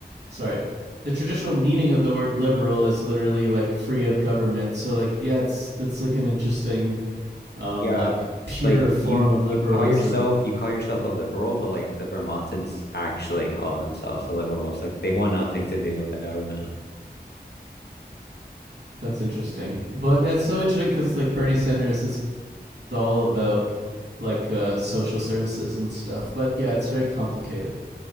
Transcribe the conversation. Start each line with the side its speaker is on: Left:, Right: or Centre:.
Right: sorry, the traditional meaning of the word liberal is literally like free of government. So like yeah, it's that's like an interesting um
Left: Yeah.
Right: like pure
Left: Like
Right: form
Left: you
Right: of
Left: you
Right: liberalism.
Left: call yourself you call yourself a liberal, but like the Vermontans actually call themselves the liberals. Like they want nothing to do with the government.
Right: That's interesting. But that's so interesting cuz like Bernie Sanders is all about like uh social services and stuff. But yeah, it's very complicated.